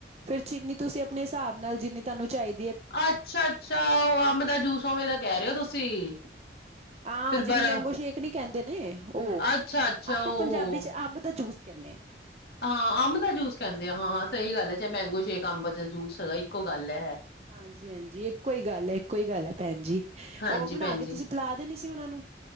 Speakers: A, on the right; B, on the left.
A: ਫੇਰ ਚੀਨੀ ਤੁਸੀਂ ਆਪਣੇ ਹੀਸਾਬ ਨਾਲ ਜੀਨੀ ਧਾਨੂੰ ਚਾਈ
B: ਅੱਛਾ ਛਾ ਓਂ ਅੰਬ ਦਾ ਜੂਸ ਓਂਵੇਂ ਦਾ ਕੈ ਰਏ ਓਂ ਤੁਸੀਂ।
A: ਆਂ
B: ਫਿਰ
A: ਜੇਨੂੰ
B: ਬਰ
A: ਮੈਂਗੋ ਸ਼ੇਕ ਨੀ ਕੈਂਦੇ ਨੇ, ਓ,
B: ਅੱਛਾ ਅੱਛਾ
A: ਆਪਾਂ
B: ਉਹ
A: ਪੰਜਾਬੀ
B: ਹੋ
A: ਚ ਅੰਬ ਦਾ ਜੂਸ ਕੈਂਨੇ ਆਂ।
B: ਹਾਂ ਅੰਮ ਦਾ ਜੂਸ ਕੈਂਦੇ ਆ ਹਾਂ ਸੲਈ ਗੱਲ ਐ ਚੈਂ ਮੈਂਗੋ ਸ਼ੇਕ ਅੰਬ ਦਾ ਜੂਸ ਹੈਗਾ ਈਕੋ ਗੱਲ ਐ।
A: ਹਾਂਜੀ-ਹਾਂਜੀ ਈਕੋ ਈ ਗੱਲ ਐ ਈਕੋ ਈ ਗੱਲ ਐ ਭੈਣ ਜੀ,
B: ਹਾਂਜੀ
A: ਓ ਬਣਾ
B: ਭੈਣ
A: ਕੇ
B: ਜੀ
A: ਤੁਸੀਂ ਪੀਲਾ ਦੇਣੀ ਸੀ ਓਨਾਂ ਨੂੰ।